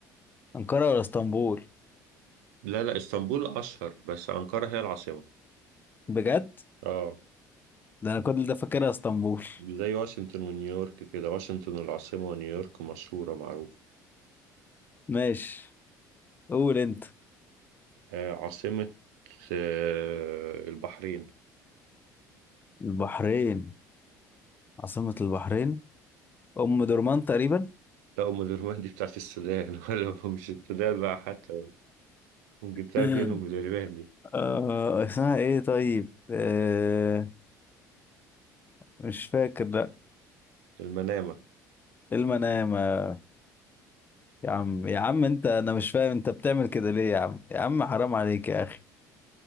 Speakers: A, on the left (about 20°); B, on the right (about 80°).
A: أنقرة ولا اسطنبول
B: لا لا اسطنبول أشهر بس أنقرة هي العاصمة
A: بجد
B: اه
A: ده انا كل ده فاكرها اسطنبول
B: زي واشنطن ونيويورك كده واشنطن العاصمة ونيويورك مشهورة معروفة
A: ماشي قول انت
B: آه عاصمة آه البحرين
A: البحرين عاصمة البحرين أم درمان تقريبا
B: لا أم درمان دي بتاعت السودان <laughs> ولا مش السودان بقى حتى جبتها
A: <laughs>
B: منين أم درمان دي
A: آه اسمها إيه طيب آه مش فاكر لأ
B: المنامة
A: إيه المنامة يا عم يا عم أنت أنا مش فاهم أنت بتعمل كده ليه يا عم يا عم حرام عليك يا أخي